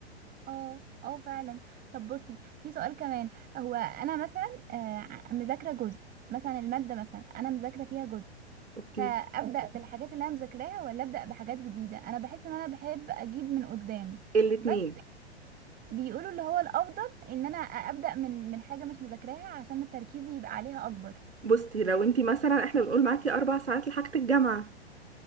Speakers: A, on the right; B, on the right.
A: اه اه فعلا طب بصي في سؤال كمان هو انا مثلا آه، ع- مذاكره جزء مثلا الماده مثلا انا مذاكره فيها جزء
B: اوكي
A: فابدا بالحاجات اللي انا مذاكراها ولا ابدا بحاجات جديده انا بحس ان انا بحب اجيب من قدام
B: الاتنين
A: بس بيقولوا اللي هو الافضل ان انا ابدا من من حاجه مش مذاكراها عشان التركيز يبقى عليها اكبر
B: بصي لو انت مثلا احنا بنقول معاكي اربع ساعات لحاجة الجامعة